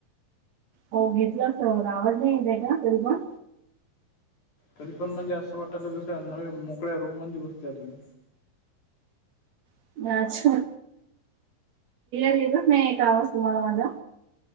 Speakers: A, on the right; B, on the left.
A: हो घेतलंचअसतं. आवाज नाही येतय का तरी पण?
B: तरी पण म्हणजे असं वाटलं जसं, नवीन मोकळ्या रूम मध्ये बसल्या तुम्ही.
A: <unintelligible> क्लिअर येतच नाही का आवाज? तुम्हाला माझा.